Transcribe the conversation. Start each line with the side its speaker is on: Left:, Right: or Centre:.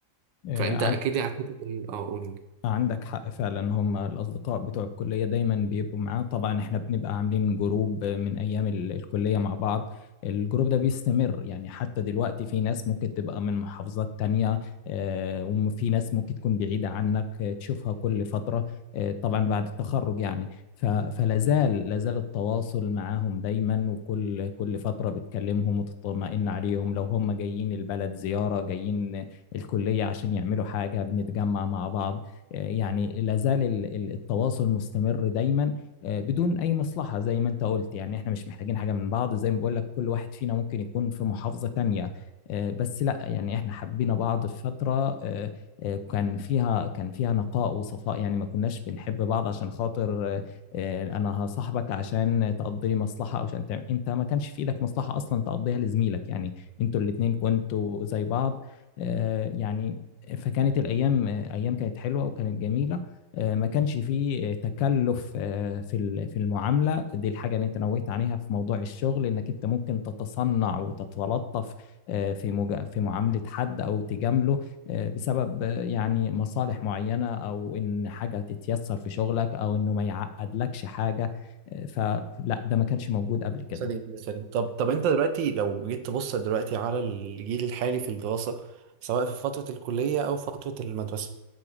Left: آه،
Right: فانت اكيد عديت ال- اه قول
Left: عندك حق فعلا هم الأصدقاء بتوع الكلية دايما بيبقوا معاه طبعا احنا بنبقى عاملين جروب من أيام ال- الكلية مع بعض الجروب ده بيستمر يعني حتى دلوقتي في ناس ممكن تبقى من محافظات تانية آه، وفي ناس ممكن تكون بعيدة عنك آه، تشوفها كل فترة آه، طبعا بعد التخرج يعني ف- فلازال لازال التواصل معاهم دايما وكل كل فترة بتكلمهم وتطمئن عليهم لو هم جايين البلد زيارة جايين الكلية عشان يعملوا حاجة بنتجمع مع بعض يعني لا زال ال- ال- التواصل مستمر دايما آه، بدون اي مصلحه زي ما انت قلت يعني احنا مش محتاجين حاجه من بعض زي ما بقول لك كل واحد فينا ممكن يكون في محافظه تانية آه، بس لا يعني احنا حبينا بعض في فتره آه، آه، كان فيها كان فيها نقاء وصفاء يعني ما كناش بنحب بعض عشان خاطر آه، آه، انا هصاحبك عشان تقضي لي مصلحه او عشان تعمل انت ما كانش في ايدك مصلحه اصلا تقضيها لزميلك يعني انتوا الاتنين كنتوا زي بعض آه، يعني فكانت الايام ايام كانت حلوه وكانت جميله آه، ما كانش فيه تكلف آه، في ال- في المعامله دي الحاجه اللي انت نوهت عليها في موضوع الشغل انك انت ممكن تتصنع وتتلطف آه، في مجا- في معامله حد او تجامله آه، بسبب آه، يعني مصالح معينه او ان حاجه تتيسر في شغلك او انه ما يعقدلكش حاجه آه، فلا ده ما كانش موجود قبل كده
Right: سليم سليم طب طب انت دلوقتي لو جيت تبص دلوقتي على الجيل الحالي في الدراسة سواء في فترة الكلية أو فترة المدرسة